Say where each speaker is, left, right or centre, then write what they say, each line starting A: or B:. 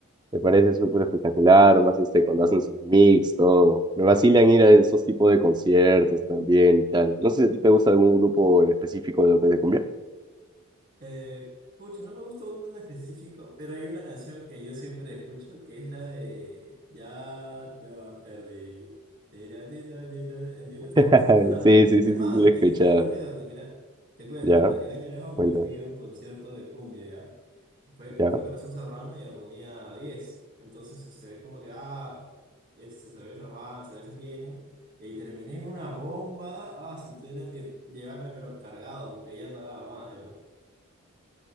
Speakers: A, on the right; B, on the right.
A: Me parece súper espectacular, más este, cuando hacen sus mix, todo. Me vacilan ir a esos tipos de conciertos también y tal. No sé si a ti te gusta algún grupo en específico de lo que te convierte.
B: Eh, pucha, no me gusta un en específico, pero hay una canción que yo siempre escucho que es la de Ya te perdí. Tira, ti, ta, ti, ta. ¿Entiendes
A: <laughs>
B: todo eso? <laughs>
A: Sí, sí,
B: Es
A: sí,
B: más,
A: sí, sí, lo he
B: ten-
A: escuchado.
B: tengo una anécdota, mira. Te cuento,
A: Ya,
B: en Año Nuevo me
A: cuéntame,
B: fui a un concierto de cumbia, ¿ya? Fue,
A: ya.
B: fue Corazón Serrano y Armonía diez Entonces, este, es como que, ah, este, cervezas van, cervezas vienen. Y terminé en una bomba. Ah, su- tuvieron que llevarme pero cargado porque ya no daba más.